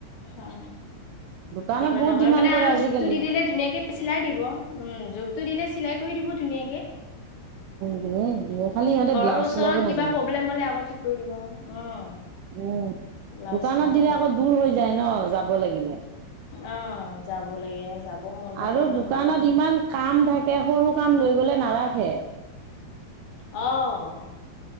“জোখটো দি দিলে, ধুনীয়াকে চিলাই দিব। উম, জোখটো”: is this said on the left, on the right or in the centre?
Left